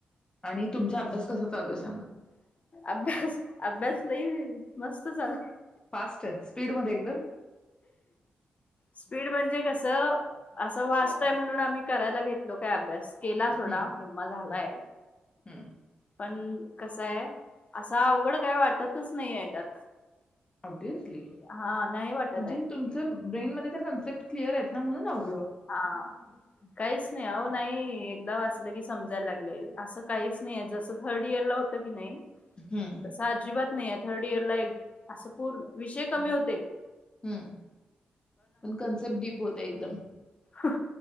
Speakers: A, on the left; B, on the left.
A: आणि तुमचा अभ्यास कसा चालू आहे सा
B: अभ्यास अभ्यास लई मस्त चालय...
A: फास्टच. स्पीड मध्ये एकदम
B: स्पीड म्हणजे कसं असं वाजतय म्हणून आम्ही करायला घेतलो काय अभ्यास. केला सोडा
A: हम्म
B: निम्मा झालाय,
A: हम्म हम्म
B: पण कसाय असं अवघड काय वाटतच नाही आहे, त्यात
A: ऑब्विसली म्हणजे
B: हा नाही वाटत आहे
A: तुमच ब्रेन मध्ये त्या कॉन्सेप्ट क्लिअर आहेत. ना म्हणून आओ..
B: हा काहीच नाही हो नाही.... एकदा वाचलं की समजायला लागलंय असं काहीच नाहीय जसं थर्ड इयर ला होतं की नाही.
A: हम्म
B: अस अजिबात नाही हाय. थर्ड इयर ला एक असं पूर्ण विषय कमी होते
A: हम्म पण कन्सेप्ट डीप होते एकदम.
B: ह